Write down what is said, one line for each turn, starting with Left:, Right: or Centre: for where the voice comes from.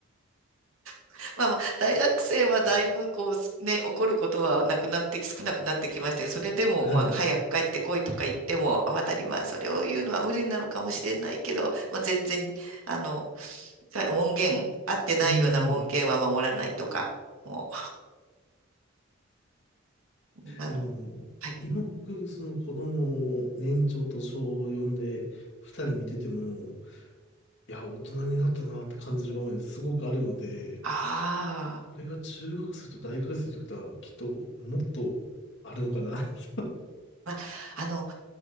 Right: <laughs> まあまあ、大学生はだいぶ、こう、すね、怒ることはなくなって、少なくなってきましたけど、それでも、
Left: はい。
Right: まあ、早く帰ってこいとか言っても、あ当たり前、それを言うのは無理なのかもしれないけど、まあ、全然、あの、か門限、合ってないような門限は守らないとか、
Left: うん。
Right: もう、あの、
Left: でも、
Right: はい。
Left: 今僕、その子供を年長と小よんで二人見てても、いや、大人になったなって感じる場面すごくあるので、
Right: ああ。
Left: これが中学生と大学生ということは、きっともっとあるのかな。<laughs>
Right: まああの